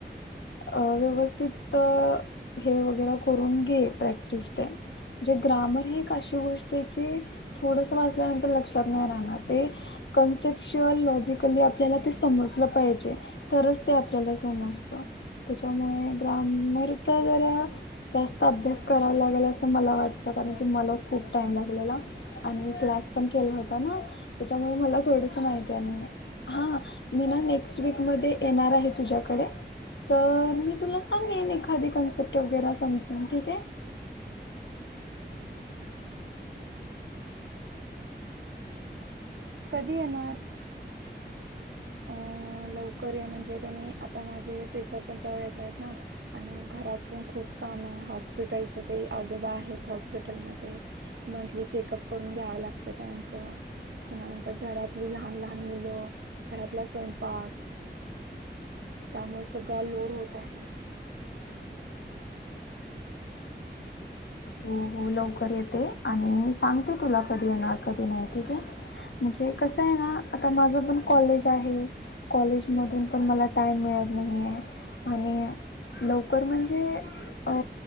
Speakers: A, on the left (about 75°); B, on the right (about 80°).
A: अ व्यवस्थित हे वगैरे करून घे प्रॅक्टिस तेण. म्हणजे ग्रामर हि एक अशी गोष्ट आहे की. थोडंसं वाचल्यानंतर लक्षात नाही राहणार ते कन्सेप्ट शिवाय लॉजिकली आपल्याला ते समजलं पाहिजे. तरच ते आपल्याला समजत. त्याच्यामुळे ग्राममरचा जरा जास्त अभ्यास करावा लागेल असं मला वाटतं, कारण की मला खूप टाईम लागलेला, आणि मी क्लास पण केला होता ना, त्याच्यामुळे मला थोडस माहिती आणि हा मी ना नेक्स्ट वीक मध्ये येणार आहे तुझ्याकडे. तर मी तुला सांगेन एखादी कॉन्सेप्ट वगैरे समजून ठीक आहे.
B: कधी येणार? अ लवकर ये म्हणजे कनी आता माझे पेपर पण जवळ येत आहेत ना. आणि घरात पण खूप काम आहे हॉस्पिटलच ते आजोबा आहेत हॉस्पिटलमध्ये. मंथली चेकअप करून घ्यावं लागतं त्यांच. पुन्हा नंतर घरातली लहान लहान मुलं घरातला स्वयंपा पाक, त्यामुळे सगळा लोड होत आहे.
A: हो, हो लवकर येते आणि मी सांगते तुला कधी येणार कधी नाही ठीक आहे. म्हणजे कसं आहे ना आता माझं पण कॉलेज आहे. कॉलेजमधून पण मला टाईम मिळत नाही आहेे आणि लवकर म्हणजे अ